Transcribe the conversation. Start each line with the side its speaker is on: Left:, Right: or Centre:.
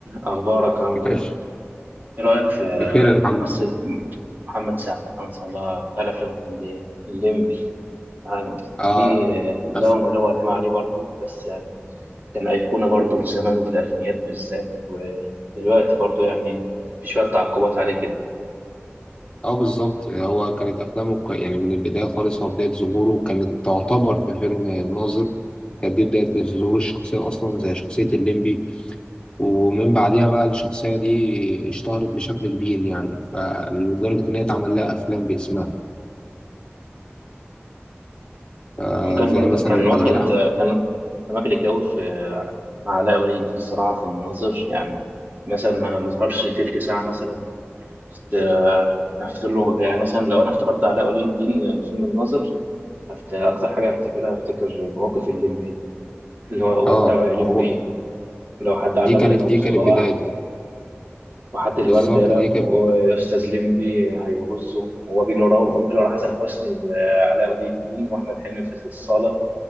Right: أخبارك عامل إيه؟
Left: ماشي
Right: إيه رأيك في
Left: بخير الحمد
Right: الممثل
Left: لله
Right: محمد سعد؟ محمد سعد اللي هو بتاع الأفلام الكوميدية الليمبي يعني ليه
Left: اه
Right: له
Left: أف...
Right: ما له عليه ما عليه برضه بس يعني كان أيقونة برضه في زمنه في الألفينيات بالذات ودلوقتي برضه يعني في شوية تعقبات عليه كده
Left: اه بالظبط هو كانت افلامه ك- يعني من البدايه خالص هو بدايه ظهوره كانت تعتبر في فيلم الناظر كانت دي بدايه ظهور الشخصيه اصلا زي شخصيه الليمبي ومن بعدها بقى الشخصيه دي اشتهرت بشكل كبير يعني فلدرجه ان هي اتعمل لها افلام باسمها فزي
Right: وكان برضه
Left: مثلا
Right: كان
Left: بعد
Right: واخد
Left: كده عمل
Right: كان كان واكل الجو في مع علاء ولي الدين الصراحة في الناظر يعني مثلا ما ما ظهرش تلت ساعة مثلا است- أنا افتكر له يعني مثلا لو انا افتكرت علاء ولي الدين فيلم الناظر هفت- اكتر حاجة افتكرها افتكر مواقف الليمبي اللي هو
Left: اه
Right: ودعوا يا ليمبي
Left: هو
Right: ولو حد
Left: دي
Right: علم
Left: كانت
Right: عليك ابو
Left: دي
Right: صلاح
Left: كانت بدايته
Right: وحتى الورد
Left: بالظبط
Right: يالا
Left: دي كانت
Right: واستاذ ليمبي هيغزه وهو بيجري وراه بيجري ورا حسن حسني وعلاء ولي الدين واحمد حلمي في الصالة